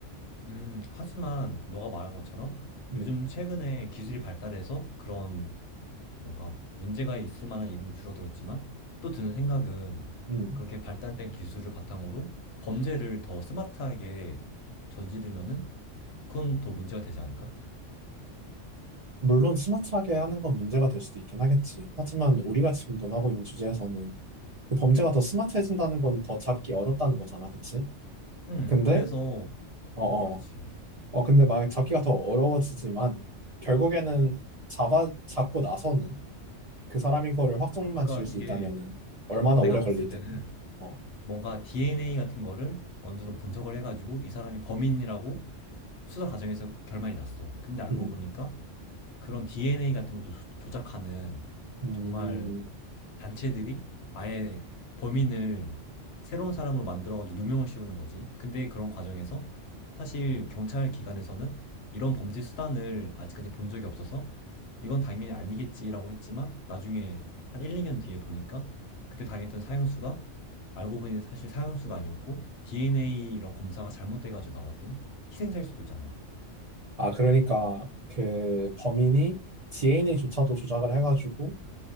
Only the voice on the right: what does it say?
음,
음.
물론 스마트하게 하는 건 문제가 될 수도 있긴 하겠지. 하지만 우리가 지금 논하고 있는 주제에서는 그 범죄가 더 스마트해진다는 건 더 잡기 어렵다는 거잖아, 그치?
근데,
어어.
어, 근데 말 잡기가 더 어려워지지만 결국에는 잡아 잡고 나서는 그 사람인 거를 확정만
지을 수
있다면은 얼마나
오래 걸리든
어.
음.
음.
아, 그러니까 그 범인이 DNA조차도 조작을 해가지고